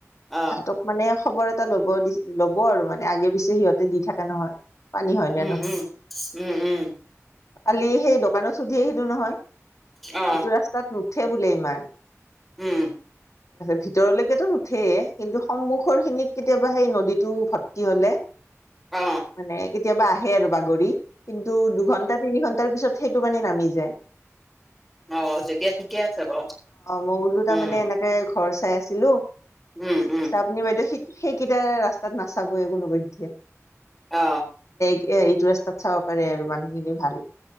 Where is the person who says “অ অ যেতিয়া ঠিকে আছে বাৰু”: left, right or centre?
Centre